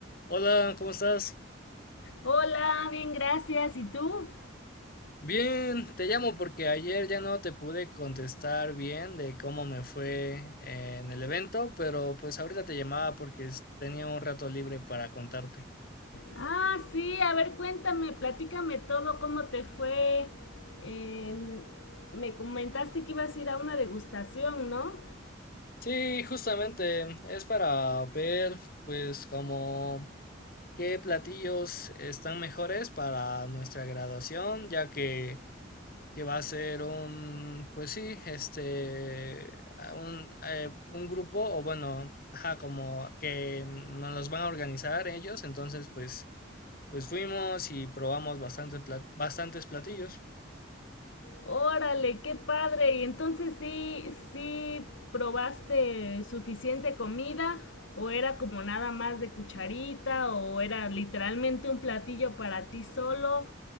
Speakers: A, on the left (about 45°); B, on the left (about 75°).
A: Hola, ¿cómo estás?
B: Hola, bien, gracias. ¿Y tú?
A: Bien, te llamo porque ayer ya no te pude contestar bien de cómo me fue en el evento, pero pues ahorita te llamaba porque es- tenía un rato libre para contarte.
B: Ah, sí, a ver, cuéntame, platícame todo, cómo te fue. En- me comentaste que ibas a ir a una degustación, ¿no?
A: Sí, justamente es para ver pues como qué platillos están mejores para nuestra graduación, ya que que va a ser un, pues sí, este, a un, eh, un grupo, o bueno, ajá, como que nos los van a organizar ellos, entonces pues, pues fuimos y probamos bastante plat- bastantes platillos.
B: Órale, qué padre. Y entonces sí, sí probaste suficiente comida o era como nada más de cucharita o era literalmente un platillo para ti solo.